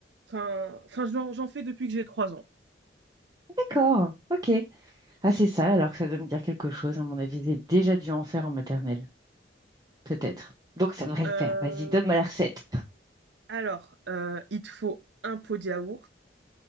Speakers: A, on the right (about 75°); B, on the right (about 20°).
A: enfin, enfin, j'en j'en fais depuis que j'ai trois ans.
B: d'accord, ok. Ah, c'est ça, alors que ça doit me dire quelque chose. À mon avis, j'ai déjà dû en faire en maternelle, peut-être. Donc, ça devrait le
A: Euh,
B: faire. Vas-y, donne-moi la recette.
A: alors, euh, il te faut un pot de yaourt.